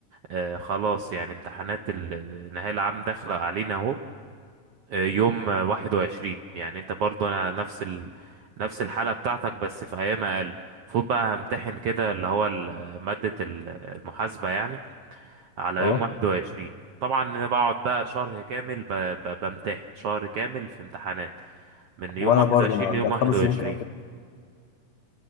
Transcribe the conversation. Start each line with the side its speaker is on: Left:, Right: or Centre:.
Right: آه، خلاص يعني امتحانات ال- النهاية العام داخلة علينا اهو آه، يوم آه، 21 يعني انت برضو انا نفس ال... نفس الحالة بتاعتك بس في ايام اقل فوت بقى همتحن كده اللي هو ال- آه، مادة ال- آه، المحاسبة يعني على
Left: اه
Right: يوم 21 طبعا انا بقعد بقى شهر كامل ب... ب... بمتحن شهر كامل في امتحانات من يوم
Left: وانا
Right: 21
Left: برضه انا
Right: ليوم
Left: انت هتخلص
Right: 21
Left: يوم كام كده